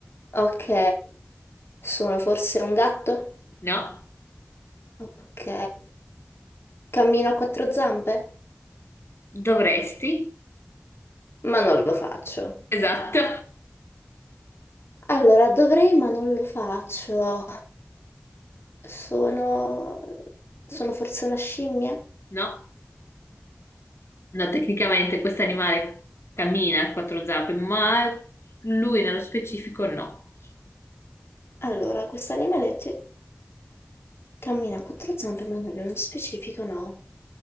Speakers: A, on the left; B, on the left.
A: Ok. Sono forse un gatto?
B: No.
A: Ok. Cammino a quattro zampe?
B: Dovresti?
A: Ma non lo faccio.
B: Esatto.
A: Allora, dovrei, ma non lo faccio. Sono, sono forse una scimmia?
B: No, no, tecnicamente questo animale cammina a quattro zampe, ma lui nello specifico no.
A: Allora, questo animale ti- cammina a quattro zampe, ma non nello specifico no.